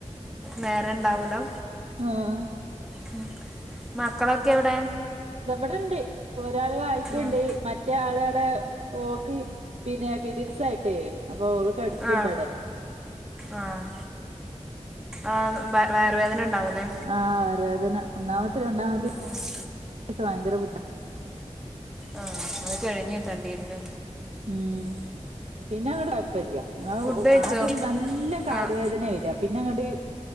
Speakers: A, in the centre; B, on the right.
A: നേരെ ഉണ്ടാവുലാ
B: ആഹ്
A: ഉം മക്കളൊക്കെ എവിടെ
B: ഇതവിടെണ്ട് ഒരാള് വായിക്കുണ്ട്
A: ആഹ്
B: മറ്റേ ആള് അവടെ ഓക്ക് പിന്നെ പീരീഡ്സ് ആയിട്ടേ അപ്പൊ ഓള് കെടക്ക്‌ണ്ടവിടെ
A: ആഹ് ആഹ് ആ വയറുവേദന ഉണ്ടാവുംല്ലേ
B: ആ വയറു വേദന ഒന്നാമത്തെ രണ്ടാമത്തെ
A: ആഹ്
B: ഒരു സാങ്കര ബുദ്ധ
A: ആഹ് അത് കഴിഞ്ഞിട്ടണ്ടിരുന്നു
B: ഉം പിന്നെ അങ്ങടെ കുഴപ്പില്ല ആവു
A: ഫുഡ് കഴിച്ചോ
B: ആദ്യം നല്ല കാലുവേദന
A: ആഹ്
B: വെരാ പിന്നെ അങ്ങോട്ട്